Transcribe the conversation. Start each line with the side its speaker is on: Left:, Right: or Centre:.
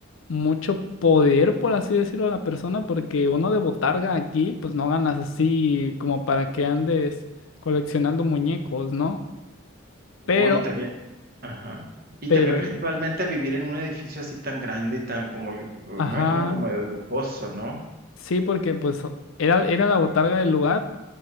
Left: mucho poder, por así decirlo, la persona, porque uno de botarga aquí, pues no ganas así como para que andes coleccionando muñecos, ¿no?
Right: Hoy
Left: Pero,
Right: también, ajá. Y
Left: pero,
Right: también principalmente vivir en un edificio así tan grande y tan como, me
Left: ajá,
Right: imagino como de lujoso, ¿no?
Left: Sí, porque pues era, era la botarga del lugar,